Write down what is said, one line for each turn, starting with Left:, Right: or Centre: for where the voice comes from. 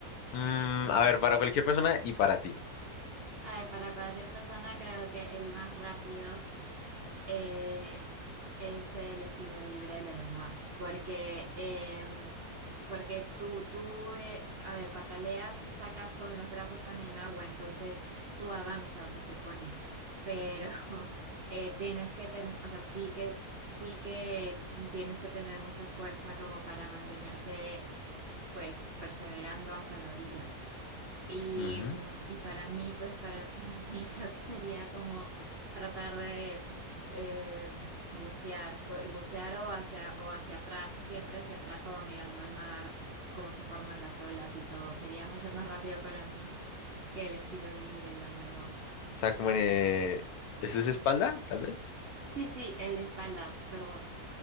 Left: Mm, a ver, para cualquier persona y para ti.
Right: <laughs> A ver, para cualquier persona creo que el más rápido eh, es el estilo libre de verdad, porque, em, porque tú, tú eh, a ver, pataleas y sacas con los brazos también agua, entonces tú avanzas, se supone, pero <laughs> eh, tienes que ten- o sea, sí que, sí que tienes que tener mucha fuerza como para mantenerte, pues, perseverando hasta la orilla. Y,
Left: Ujú.
Right: mm, y para mí, pues para, para <laughs> mí creo que sería como tratar de uf, eh, bucear, por- bucear o hacia, o hacia atrás, siempre hacia atrás, como mirando al mar, cómo se forman las olas y todo. Sería mucho más rápido para mí que el estilo libre, la verdad.
Left: O sea, como en... eh, ¿eso es espalda, tal vez?
Right: Sí, sí, el espalda, perdón.